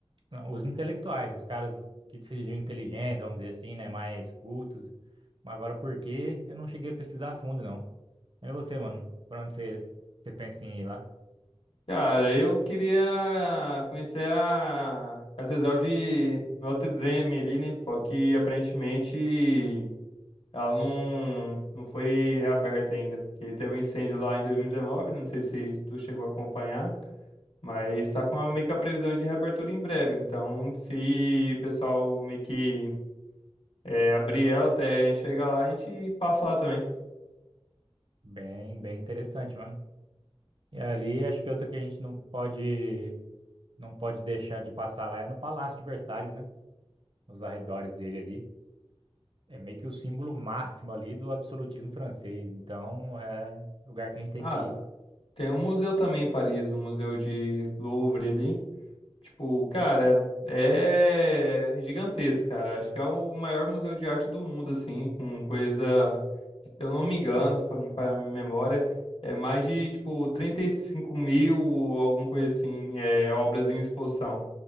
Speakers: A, on the right; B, on the left.
A: Não, os intelectuais, os caras que se diziam inteligentes, vamos dizer assim, né? Mais cultos. Mas Agora, por quê? Eu não cheguei a pesquisar a fundo, não. É você, mano. Pra onde você, você pensa em ir lá?
B: Cara, eu queria conhecer a Catedral de Notre Dame ali, né? Só que aparentemente Ela não, não foi reaberta ainda, porque teve um incêndio lá em 2019, não sei se tu chegou a acompanhar, mas está com a, meio que a previsão de reabertura em breve. Então, se o pessoal meio que é, abrir ela até a gente chegar lá, a gente passa lá também.
A: Bem, bem interessante, mano. E ali, acho que outra que a gente não pode, não pode deixar de passar lá é no Palácio de Versalhes, né? Nos arredores dele ali. É meio que o símbolo máximo ali do absolutismo francês. Então, é lugar que a gente tem
B: Ah,
A: que ir.
B: tem um museu também em Paris, o Museu de Louvre ali. Tipo, cara, é gigantesco, cara. Acho que é o maior museu de arte do mundo, assim, com coisa, se eu não me engano, fa- me falha a memória, é mais de, tipo, trinta e cinco mil ou alguma coisa assim, é, obras em exposição.